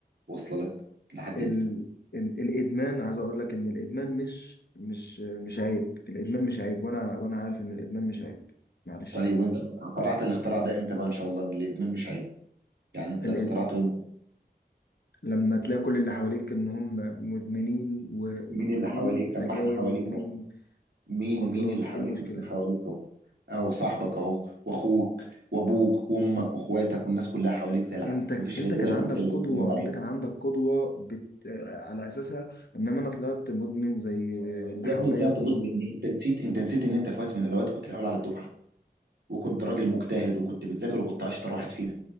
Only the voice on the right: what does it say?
واصله لك لحد
امتى
طيب وانت اخترعت الاختراع ده امتى بقى ان شاء الله ان الادمان مش عيب يعني انت
اخترعته امتى
مين اللي حواليك
طب ما احنا حواليك
اهو مين
مين اللي حواليك
ما احنا حواليك اهو اهو صاحبك اهو واخوك وابوك وامك واخواتك والناس كلها حواليك زي العسل
ما
فيش غيرك
انت
اللي مكمل على
عينك
يا
ابني طلعت
مدمن انت نسيت انت نسيت ان انت في وقت من الاوقات كنت الاول على الدفعه وكنت راجل مجتهد وكنت بتذاكر وكنت اشطر واحد فينا